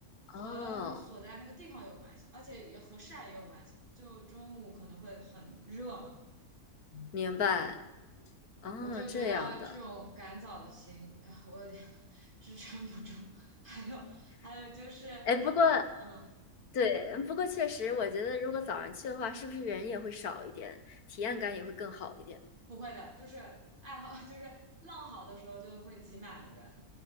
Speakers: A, on the right; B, on the left.
A: 和你所在那个地方有关系，
B: 哦，
A: 而且也和晒也有关系。就中午可能会很热嘛。
B: 明白，哦，
A: 我就觉得这种赶早的行，
B: 这样的。
A: <laughs> 哎我有点 <laughs> 支撑不住。还有，还有就是，
B: 哎，不过
A: 嗯，
B: 对，不过确实，我觉得如果早上去的话，是不是人也会少一点，体验感也会更好一点呢？
A: 不会的，就是爱好，<laughs> 就是浪好的时候就会挤满的人，